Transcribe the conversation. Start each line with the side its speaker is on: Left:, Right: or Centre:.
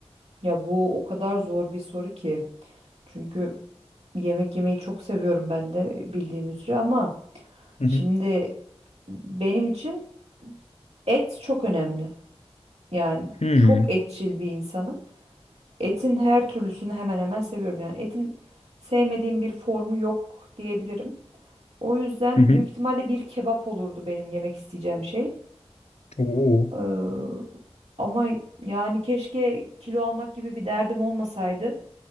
Right: Ya bu o kadar zor bir soru ki. Çünkü yemek yemeyi çok seviyorum ben de bildiğin üzere ama
Left: Hı
Right: şimdi
Left: hı.
Right: benim için et çok önemli. Yani
Left: Hmm.
Right: çok etçil bir insanım. Etin her türlüsünü hemen hemen seviyorum. Yani etin sevmediğim bir formu yok diyebilirim. O yüzden
Left: Hı hı.
Right: büyük ihtimalle bir kebap olurdu benim yemek isteyeceğim şey.
Left: Oo.
Right: Ee, ama yani keşke kilo almak gibi bir derdim olmasaydı.